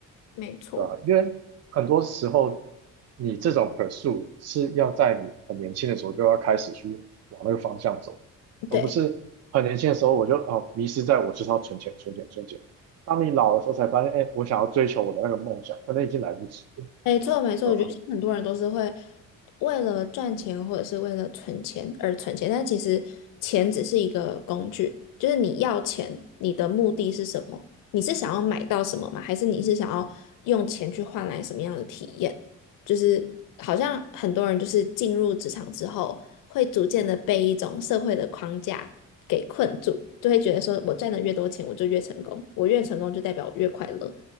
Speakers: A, on the left; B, on the right.
A: 没错，
B: 对啊，因为很多时候你这种 pursue 是要在你很年轻的时候就要开始去往那个方向走，而不是很年轻的时候我就啊迷失在我就是要存钱、
A: 对。
B: 存钱、存钱。当你老的时候才发现，哎，我想要追求我的那个梦想，反正已经来不及了，
A: 没错，没错，
B: 对吧？
A: 我觉得现在很多人都是会为了赚钱或者是为了存钱而存钱，但其实钱只是一个工具，就是你要钱，你的目的是什么？你是想要买到什么吗？还是你是想要用钱去换来什么样的体验？就是好像很多人就是进入职场之后，会逐渐的被一种社会的框架给困住，就会觉得说我赚的越多钱，我就越成功，我越成功就代表我越快乐。